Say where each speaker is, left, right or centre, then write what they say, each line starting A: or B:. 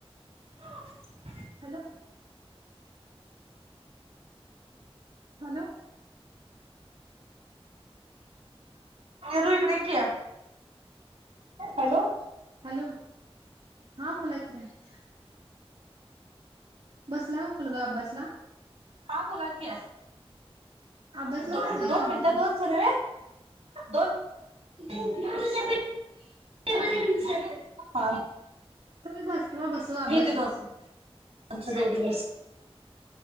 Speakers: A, on the right; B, on the right.
A: <inaudible>
B: Hello hello
A: पेरू इकडे ये की हॅलो
B: हॅलो हा बोलायच बसला हा मुलगा अभ्यासला
A: हा बोला कि
B: अभ्यासला
A: दोन
B: बसला काय
A: दोन
B: मुलगा
A: मिनटात दोन सर दोन <unintelligible> <unintelligible>
B: <inaudible>
A: <unintelligible>
B: चल बस तेव्हा बसु अभ्यासला
A: घेते
B: बसा
A: दोनशे बेबीज